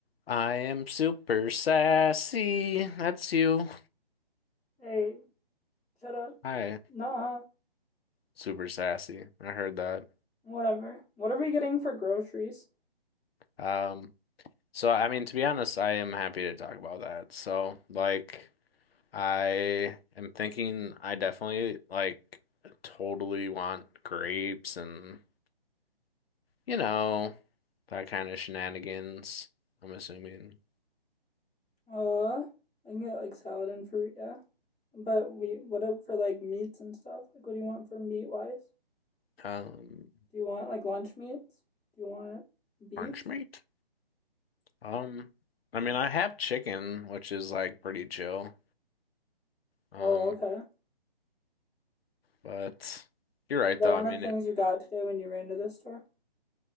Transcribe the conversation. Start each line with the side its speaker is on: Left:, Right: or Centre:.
Left: I am super sassy. That's you.
Centre: Hey, shut up.
Left: Hi,
Centre: Nah,
Left: super sassy. I heard that.
Centre: whatever. What are we getting for groceries?
Left: Um, so I mean, to be honest, I am happy to talk about that. So, like, I am thinking I definitely like totally want grapes and, you know, that kind of shenanigans, I'm assuming.
Centre: Uh, I can get like salad and fruit, yeah. But we, what up for like meats and stuff? Like, what do you want for meat wise?
Left: Um,
Centre: Do you want like lunch meats? Do you want beef?
Left: orange meat. Um, I mean, I have chicken, which is like pretty chill. Um,
Centre: Oh, okay.
Left: But you're right,
Centre: Is that
Left: though.
Centre: one
Left: I mean,
Centre: of the things
Left: it,
Centre: you got today when you ran to the store?